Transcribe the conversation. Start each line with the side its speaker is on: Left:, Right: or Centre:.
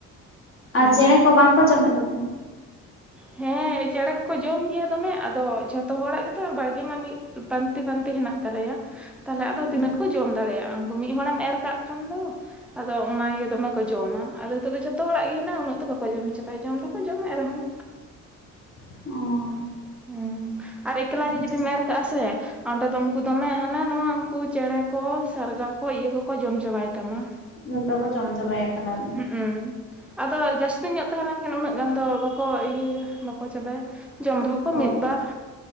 Centre: ᱦᱮᱸ
Left: ᱟᱨ ᱪᱮᱬᱮ ᱠᱚ ᱵᱟᱝᱠᱚ ᱡᱚᱢᱮᱫ ᱛᱟᱯᱮᱭᱟ
Centre: ᱦᱮᱸ ᱪᱮᱬᱮ ᱠᱚᱸ ᱡᱚᱢ ᱜᱮᱭᱟ ᱫᱚᱢᱮ ᱟᱫᱚ ᱡᱷᱚᱛᱚ ᱦᱚᱲᱟᱜ ᱜᱮᱛᱚ ᱵᱟᱲᱜᱮ ᱢᱟ ᱢᱤᱫ ᱯᱟᱱᱛᱮ ᱯᱟᱱᱛᱮ ᱦᱮᱱᱟᱜ ᱛᱟᱞᱮᱭᱟ ᱾ ᱛᱟᱦᱚᱞᱮ ᱟᱫᱚ
Left: ᱦᱮᱸ
Centre: ᱛᱤᱱᱟᱹᱜ ᱠᱚ ᱡᱚᱢ ᱫᱟᱲᱮᱭᱟᱜᱼᱟ ᱩᱱᱠᱩ ᱢᱤᱫ ᱦᱚᱲᱟ ᱮᱢ ᱮᱨ ᱠᱟᱜ ᱠᱷᱟᱱ ᱫᱚ ᱟᱫᱚ ᱚᱱᱟᱜᱮ ᱫᱚᱢᱮ ᱠᱚ ᱡᱚᱢᱟ ᱟᱫᱚ ᱱᱤᱛᱚᱜ ᱫᱚ ᱡᱚᱛᱚ ᱦᱚᱲᱟᱜ ᱜᱮ ᱦᱮᱱᱟᱜ ᱩᱱᱟᱹᱜ ᱫᱚ ᱵᱟᱠᱚ ᱡᱚᱢ ᱪᱟᱵᱟᱭᱟ ᱡᱚᱢ ᱫᱚᱠᱚ ᱡᱚᱢᱮᱫ ᱨᱮᱦᱚᱸ
Left: ᱚ
Centre: ᱦᱩᱸ ᱾ ᱟᱨ ᱮᱠᱞᱟ
Left: ᱟᱪᱪᱷᱟ
Centre: ᱜᱮ ᱡᱩᱫᱤᱢ ᱮᱨ ᱠᱟᱜᱼᱟ ᱥᱮ ᱚᱸᱰᱮ ᱫᱚ ᱩᱱᱠᱩ ᱫᱚᱢᱮ ᱦᱟᱱᱟ ᱱᱚᱣᱟ ᱩᱱᱠᱩ ᱪᱮᱬᱮ ᱠᱚ ᱥᱟᱨᱜᱟ ᱠᱚ ᱤᱭᱟᱹ ᱠᱚᱠᱚ ᱡᱚᱢ ᱪᱟᱵᱟᱭ ᱛᱟᱢᱟ ᱾
Left: ᱡᱚᱛᱚ ᱠᱚ ᱡᱚᱢ ᱪᱟᱵᱟᱭᱟ ᱮᱠᱞᱟ
Centre: ᱦᱩᱸᱜ ᱩ ᱟᱫᱚ ᱡᱟᱹᱥᱛᱤ ᱧᱚᱜ ᱛᱟᱦᱮᱸ ᱞᱮᱱᱠᱷᱟᱱ ᱩᱱᱟᱹᱜ ᱜᱟᱱ ᱫᱚ ᱵᱟᱠᱚ ᱤᱭᱟᱹᱭᱟ ᱵᱟᱠᱚ ᱪᱟᱵᱟᱭᱟ ᱡᱚᱢ ᱨᱮᱦᱚᱸ ᱠᱚ
Left: ᱦᱳᱭ
Centre: ᱢᱤᱫ ᱵᱟᱨ